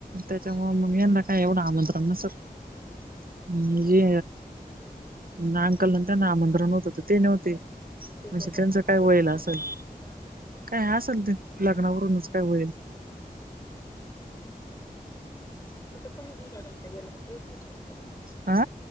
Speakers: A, on the right; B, on the left.
A: त्यांच्यामुळ मग यांना काय, एवढं आमंत्रण नसलं.
B: हम्म
A: जे ना अंकल आमंत्रण नव्हतं, तर ते नव्हते.
B: गेले
A: म्हणजे
B: नाही
A: त्यांचं
B: ते का
A: काय व्हयल
B: बर नाही गेले
A: असल,
B: हा
A: काय असेल ते लग्नावरूनच काय होईल.
B: हम्.. आता कोणी नाही लग्नाला गेलं, एकाच शब्दात.
A: हा